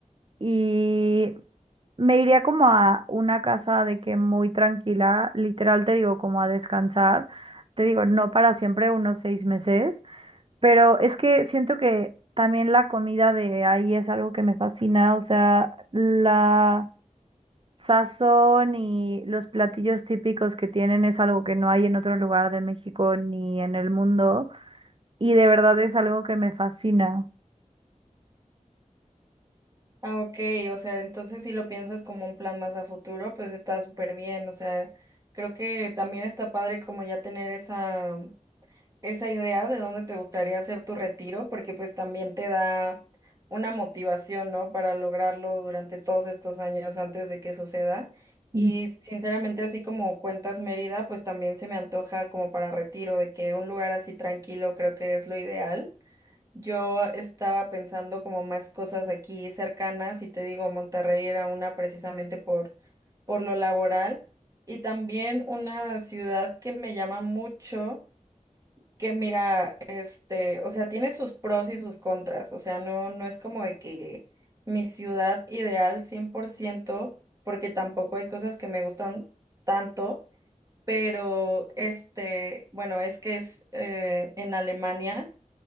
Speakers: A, on the right; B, on the right.
A: y me iría como a una casa de que muy tranquila, literal te digo, como a descansar, te digo, no para siempre, unos seis meses, pero es que siento que también la comida de ahí es algo que me fascina, o sea, la sazón y los platillos típicos que tienen es algo que no hay en otro lugar de México ni en el mundo, y de verdad es algo que me fascina.
B: Ah, ok, o sea, entonces si lo piensas como un plan más a futuro, pues está súper bien, o sea, creo que también está padre como ya tener esa esa idea de dónde te gustaría hacer tu retiro, porque pues también te da una motivación, ¿no? Para lograrlo durante todos estos años antes de que suceda. Y
A: Ujú.
B: sinceramente, así como cuentas Mérida, pues también se me antoja como para retiro, de que un lugar así tranquilo creo que es lo ideal. Yo estaba pensando como más cosas aquí cercanas y te digo, Monterrey era una precisamente por, por lo laboral y también una ciudad que me llama mucho que mira, este, o sea, tiene sus pros y sus contras, o sea, no, no es como de que mi ciudad ideal 100% porque tampoco hay cosas que me gustan tanto, pero este, bueno, es que es eh, en Alemania.